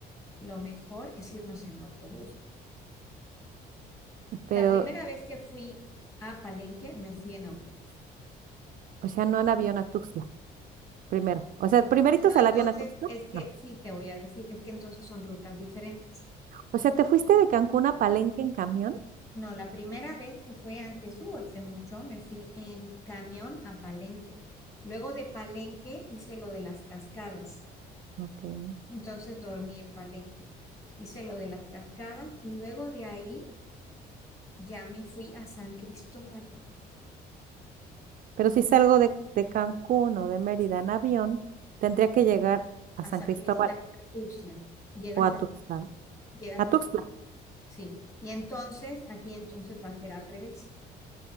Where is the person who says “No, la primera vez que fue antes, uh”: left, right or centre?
Left